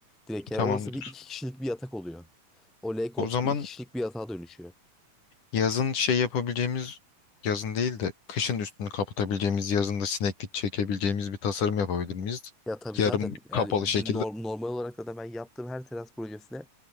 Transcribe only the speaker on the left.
tamamdır.
O zaman
yazın şey yapabileceğimiz yazın değil de kışın üstünü kapatabileceğimiz yazında sineklik çekebileceğimiz bir tasarım yapabilir miyiz?
Yarım
kapalı şekilde